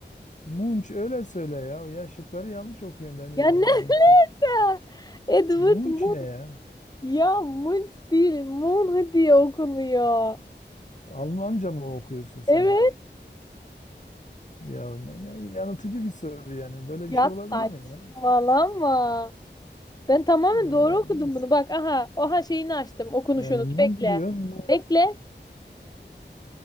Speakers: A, on the left (about 40°); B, on the left (about 20°).
A: Munch öyle söyle ya. Ya şıkları yanlış okuyorum. Beni
B: Ya
A: yan,
B: ne? <laughs>
A: yanıltıyorsun.
B: Edward
A: Munch
B: Mun.
A: ne ya?
B: Ya Munch değil. Mun diye okunuyor.
A: Almanca mı okuyorsun sen?
B: Evet.
A: Ya ne, ne yanıltıcı bir soru yani. Böyle bir
B: Ya
A: şey olabilir
B: saçmalama.
A: mi ya?
B: Ben tamamen
A: Ya
B: doğru okudum
A: neyse.
B: bunu. Bak aha. Oha şeyini açtım. Okunuşunu.
A: Yani mum
B: Bekle.
A: diyorsun mu?
B: Bekle.